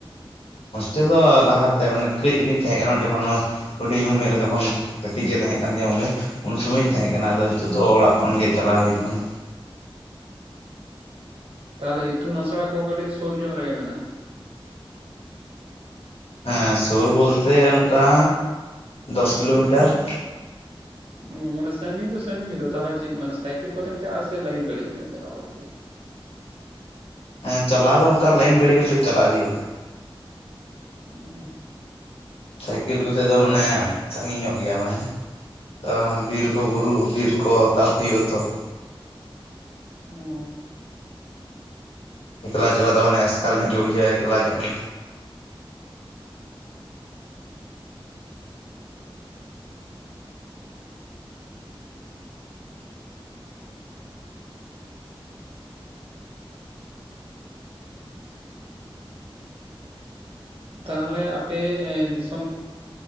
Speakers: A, on the left (about 80°); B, on the right (about 75°).
A: ᱦᱳᱥᱴᱮᱞ ᱫᱚ ᱞᱟᱦᱟᱛᱮ ᱢᱟᱱᱮ ᱠᱟᱹᱡ ᱨᱤᱧ ᱛᱟᱦᱮᱸ ᱠᱟᱱᱟ ᱡᱚᱠᱷᱚᱱᱳ ᱦᱩᱰᱤᱧ ᱩᱢᱮᱨ ᱨᱮ ᱡᱚᱠᱷᱚᱱ ᱠᱟᱹᱴᱤᱡ ᱜᱮ ᱛᱟᱦᱮᱸ ᱠᱟᱱ ᱛᱤᱧᱟᱹ ᱩᱢᱮᱨ ᱩᱱ ᱥᱳᱢᱚᱭ ᱤᱧ ᱛᱟᱦᱮᱸ ᱠᱟᱱᱟ ᱟᱫᱚ ᱦᱤᱛᱚᱜ ᱫᱚ ᱚᱲᱟᱜ ᱠᱷᱚᱱ ᱜᱮ ᱪᱟᱞᱟᱣ ᱦᱩᱭᱩᱜ ᱠᱟᱱᱟ ᱾
B: ᱛᱟᱦᱟᱞᱮ ᱤᱛᱩᱱ ᱟᱥᱲᱟ ᱠᱚ ᱠᱟᱹᱴᱤᱡ ᱥᱩᱨ ᱧᱚᱜ ᱨᱮᱜᱮ ᱢᱮᱱᱟᱜᱼᱟ ᱾
A: ᱦᱮᱸ ᱥᱩᱨ ᱵᱚᱞᱛᱮ ᱚᱱᱠᱟ ᱫᱚᱥ ᱠᱤᱞᱳᱢᱤᱴᱟᱨ ᱾
B: ᱢᱢ ᱢᱟᱱᱮ ᱥᱟᱺᱜᱤᱧ ᱫᱚ ᱥᱟᱺᱜᱤᱧ ᱜᱮᱫᱚ ᱛᱟᱦᱟᱞᱮ ᱪᱮᱫ ᱢᱟᱱᱮ ᱥᱟᱭᱠᱮᱞ ᱠᱚᱛᱮᱢ ᱪᱟᱜᱼᱟ ᱥᱮ ᱞᱟᱭᱤᱱ ᱜᱟᱹᱰᱤ ᱠᱚᱛᱮᱢ ᱪᱟᱞᱟᱣ ᱵᱟᱲᱟᱜ ᱜᱮᱭᱟ?
A: ᱮᱸ ᱪᱟᱞᱟᱣ ᱫᱚ ᱚᱱᱠᱟ ᱞᱟᱭᱤᱱ ᱜᱟᱹᱰᱤ ᱠᱟᱛᱮ ᱜᱮ ᱪᱟᱞᱟᱜ ᱦᱩᱭᱩᱜᱼᱟ ᱾
B: ᱚᱦ
A: ᱥᱟᱭᱠᱮᱞ ᱠᱚᱛᱮ ᱫᱚ ᱢᱟᱱᱮ ᱥᱟᱺᱜᱤᱧ ᱧᱚᱜ ᱜᱮᱭᱟ ᱢᱟᱱᱮ ᱾ ᱛᱚ ᱵᱤᱨ ᱠᱚ ᱵᱩᱨᱩ ᱵᱤᱨ ᱠᱚ ᱛᱟᱵ ᱦᱩᱭᱩᱜᱼᱟ ᱛᱚ ᱾
B: ᱦᱢ ᱾
A: ᱮᱠᱞᱟ ᱪᱟᱞᱟᱜ ᱫᱚ ᱢᱟᱱᱮ ᱮᱥᱠᱟᱨ ᱧᱚᱜ ᱜᱮ ᱵᱩᱡᱷᱟᱹᱜᱼᱟ ᱮᱠᱞᱟ ᱧᱚᱜ ᱜᱮ᱾
B: ᱛᱟᱦᱚᱞᱮ ᱟᱯᱮ ᱫᱤᱥᱚᱢ।